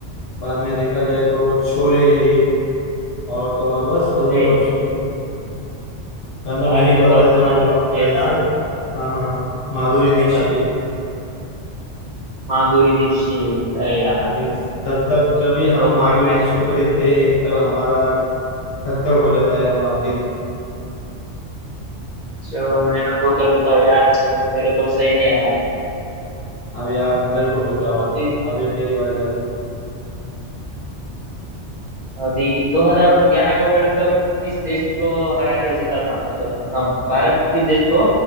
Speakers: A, on the left; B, on the right.
A: बाद में देखा जाए तो शोले है और तो और बस
B: तो
A: दो
B: ले
A: ही ऑप्शन या तो
B: यार
A: मैं ही
B: ये
A: बता
B: तो बहुत
A: देता
B: पुरानी
A: हूँ
B: मूवी
A: आपको आंसर
B: है ना
A: हाँ हाँ माधुरी
B: अब
A: दीक्षित
B: बता दो
A: है
B: माधुरी दीक्षित अरे यार
A: मीन्स धक धक जब
B: चलो
A: भी हम
B: दो
A: माधुरी
B: पॉइंट माइनस
A: दीक्षित
B: कर
A: को
B: देता
A: देखते
B: हूँ
A: हैं तब हमारा धक धक हो जाता है हमारा दिल
B: चलो माइनस दो कर देता हूँ यार मेरे तो सही नहीं आया
A: अभी आप मेरे को पूछो आप
B: अभी
A: अभी मेरी बारी अभी
B: अभी 2011 का वर्ल्ड कप किस देश को हरा कर जीता था मतलब हाँ भारत किस देश को